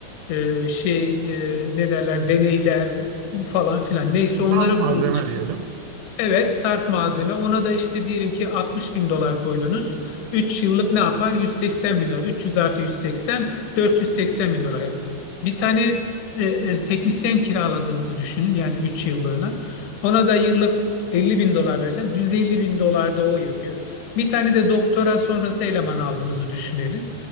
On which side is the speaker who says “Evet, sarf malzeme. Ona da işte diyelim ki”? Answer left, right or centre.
Left